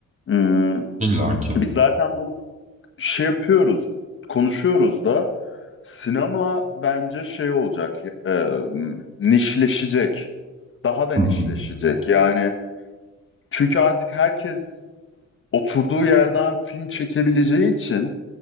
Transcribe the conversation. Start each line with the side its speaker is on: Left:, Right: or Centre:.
Left: Hmm,
Right: illa ki.
Left: biz zaten bunu şey yapıyoruz, konuşuyoruz da sinema bence şey olacak, e, nişleşecek. Daha da nişleşecek
Right: Hı hı.
Left: yani. Çünkü artık herkes oturduğu yerden film çekebileceği için